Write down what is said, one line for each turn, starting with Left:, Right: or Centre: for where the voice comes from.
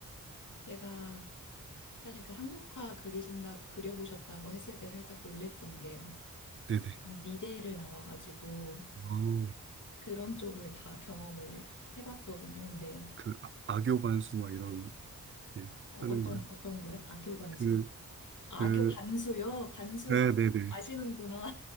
Left: 제가 사실 그 한국화 그리신다, 그려보셨다고 했을 때 살짝 놀랬던 게
Right: 네네.
Left: 미대를 나와가지고
Right: 어,
Left: 그런 쪽을 다 경험을 해봤거든요. 근데
Right: 그 아- 악교 반수 막 이런, 거, 예,
Left: 어,
Right: 하는
Left: 어떤,
Right: 거요.
Left: 어떤 거요? 악교 관수요?
Right: 그,
Left: 아,
Right: 그,
Left: 악교 반수요? 반수
Right: 네네네.
Left: 아, 아시는구나.